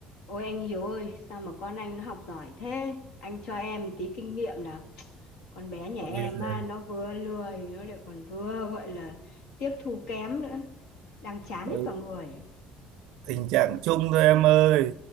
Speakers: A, on the left; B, on the right.
A: Ôi anh Hiếu ơi, sao mà con anh nó học giỏi thế? Anh cho em tí kinh nghiệm nào. Con bé nhà
B: Ok.
A: em
B: Ôi, dạ.
A: á, nó vừa lười, nó lại còn vừa gọi là tiếp thu kém nữa. Đang chán
B: giời,
A: hết cả người.
B: tình trạng chung thôi em ơi